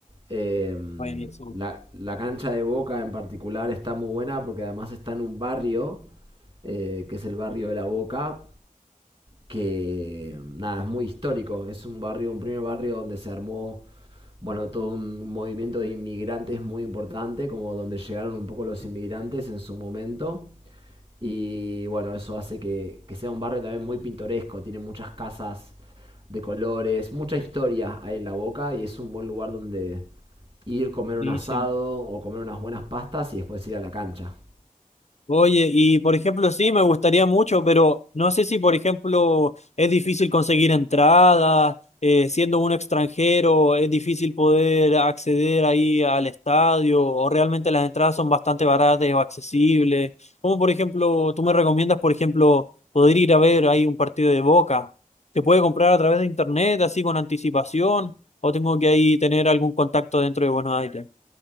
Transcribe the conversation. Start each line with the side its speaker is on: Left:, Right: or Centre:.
Right: Eh,
Left: Buenísimo,
Right: la, la cancha de Boca en particular está muy buena porque además está en un barrio, eh, que es el barrio de la Boca, que nada, es muy histórico, es un barrio, un primer barrio donde se armó, bueno, todo un movimiento de inmigrantes muy importante, como donde llegaron un poco los inmigrantes en su momento. Y bueno, eso hace que, que sea un barrio también muy pintoresco, tiene muchas casas de colores, mucha historia hay en La Boca y es un buen lugar donde ir, comer un
Left: buenísimo.
Right: asado o comer unas buenas pastas y después ir a la cancha.
Left: Oye, y por ejemplo, sí, me gustaría mucho, pero no sé si, por ejemplo, es difícil conseguir entradas, eh, siendo uno extranjero, es difícil poder acceder ahí al estadio, o realmente las entradas son bastante baratas o accesibles. Como por ejemplo, tú me recomiendas, por ejemplo, poder ir a ver ahí un partido de Boca. ¿Se puede comprar a través de internet, así con anticipación, o tengo que ahí tener algún contacto dentro de Buenos Aires?